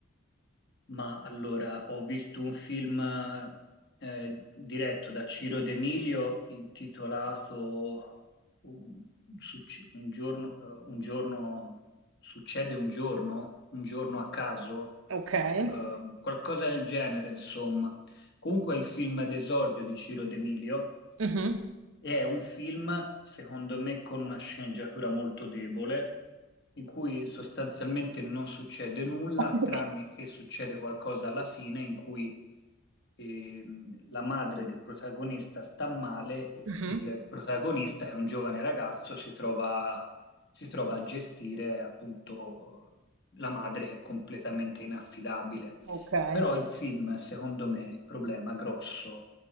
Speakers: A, on the left; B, on the right.
A: Ma allora, ho visto un film eh, diretto da Ciro D'Emilio intitolato Un, succe- un giorno, eh, un giorno- succede un giorno, un giorno a caso,
B: Okay.
A: eh, qualcosa del genere, insomma. Comunque è il film d'esordio di Ciro D'Emilio
B: Mh-mh.
A: e è un film, secondo me, con una sceneggiatura molto debole, in cui sostanzialmente non succede nulla,
B: Okay.
A: tranne che succede qualcosa alla fine in cui ehm, la madre del protagonista sta male e
B: Mh-mh.
A: il protagonista, che è un giovane ragazzo, si trova, si trova a gestire appunto la madre che è completamente inaffidabile.
B: Okay.
A: Però il film, secondo me, il problema grosso